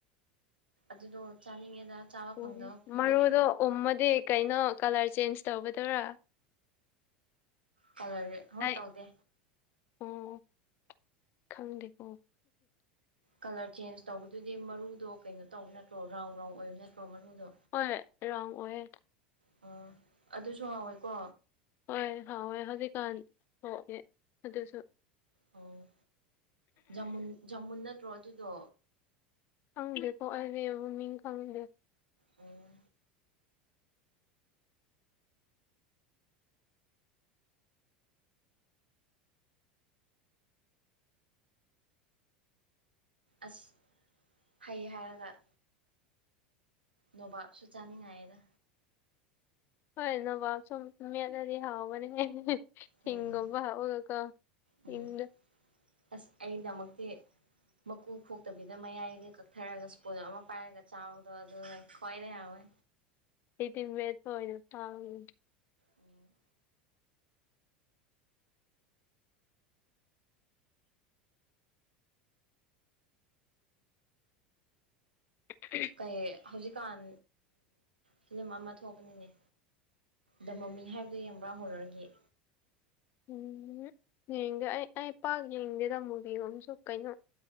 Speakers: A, on the right; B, on the left.
A: ꯑꯗꯨꯗꯣ ꯆꯥꯅꯤꯡꯉꯦꯗ ꯆꯥꯕ
B: ꯎꯝ,
A: ꯐꯪꯗꯕ ꯀꯨꯏꯔꯦ
B: ꯃꯔꯨꯗꯣ ꯎꯝꯃꯗꯤ ꯀꯩꯅꯣ ꯀꯂꯔ ꯆꯦꯟꯖ ꯇꯧꯒꯗꯣꯏꯔꯥ
A: ꯀꯂꯔ
B: ꯑꯩ
A: <unintelligible> ꯇꯧꯗꯦ
B: ꯑꯣ ꯈꯪꯗꯦꯀꯣ
A: ꯀꯂꯔ ꯆꯦꯟꯖ ꯇꯧꯕꯗꯨꯗꯤ ꯃꯔꯨꯗꯣ ꯀꯩꯅꯣ ꯇꯧꯕ ꯅꯠꯇ꯭ꯔꯣ ꯔꯥꯎꯟ ꯔꯥꯎꯟ ꯑꯣꯏꯕ ꯅꯠꯇ꯭ꯔꯣ ꯃꯔꯨꯗꯣ
B: ꯍꯣꯏ ꯔꯥꯎꯟ ꯑꯣꯏꯌꯦ
A: ꯑꯣ ꯑꯗꯨꯁꯨ ꯍꯥꯎꯋꯦꯀꯣ
B: ꯍꯣꯏ ꯍꯥꯎꯋꯦ ꯍꯧꯖꯤꯛꯀꯥꯟ ꯊꯣꯛꯑꯦ ꯑꯗꯨꯁꯨ
A: ꯎꯝ ꯖꯃꯨꯟ ꯖꯃꯨꯟ ꯅꯠꯇ꯭ꯔꯣ ꯑꯗꯨꯗꯣ
B: ꯈꯪꯗꯦꯀꯣ ꯑꯩꯗꯤ ꯃꯃꯤꯡ ꯈꯪꯗꯦ
A: ꯑꯣ ꯑꯁ ꯍꯩ ꯍꯥꯏꯔꯒ ꯅꯣꯕꯥꯞꯁꯨ ꯆꯥꯅꯤꯡꯉꯥꯏꯗ
B: ꯍꯣꯏ ꯅꯕꯥꯞ ꯁꯨꯝ ꯃꯦꯠꯂꯗꯤ ꯍꯥꯎꯒꯅꯤ ꯍꯤꯡ
A: ꯎꯝ
B: ꯒꯨꯝꯕ ꯍꯥꯞꯔꯒ ꯀꯣ
A: ꯎꯝ
B: ꯍꯤꯡꯗꯣ
A: ꯑꯁ ꯑꯩꯗꯃꯛꯇꯤ ꯃꯀꯨ ꯈꯣꯛꯇꯕꯤꯗ ꯃꯌꯥꯏꯖꯤ ꯀꯛꯊꯔꯒ ꯁ꯭ꯄꯨꯟ ꯑꯃ ꯄꯥꯏꯔꯒ ꯆꯥꯕꯗꯣ ꯑꯗꯨꯅ ꯈ꯭ꯋꯥꯏꯗꯩ ꯍꯥꯎꯋꯦ
B: ꯑꯩꯗꯤ ꯃꯦꯠꯄ ꯑꯣꯏꯅ ꯄꯥꯝꯃꯦ
A: ꯎꯝ
B: <unintelligible>
A: ꯀꯩ ꯍꯧꯖꯤꯛꯀꯥꯟ ꯐꯤꯂꯤꯝ ꯑꯃ ꯊꯣꯛꯄꯅꯤꯅꯦ ꯗ ꯃꯃꯤ ꯍꯥꯏꯕꯗꯨ ꯌꯦꯡꯕ꯭ꯔꯥ ꯍꯣꯔꯔꯒꯤ
B: ꯎꯝ ꯌꯦꯡꯗꯦ ꯑꯩ ꯑꯩ ꯄꯥꯛ ꯌꯦꯡꯗꯦꯗ ꯃꯨꯕꯤꯒꯨꯝꯁꯨ ꯀꯩꯅꯣ